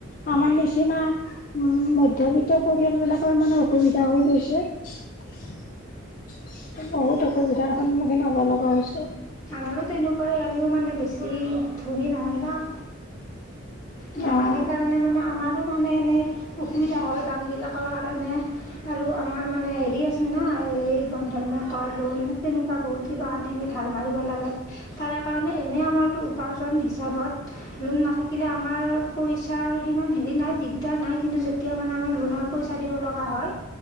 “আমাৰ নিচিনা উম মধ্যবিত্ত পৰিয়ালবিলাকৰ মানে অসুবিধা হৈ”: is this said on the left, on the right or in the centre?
Left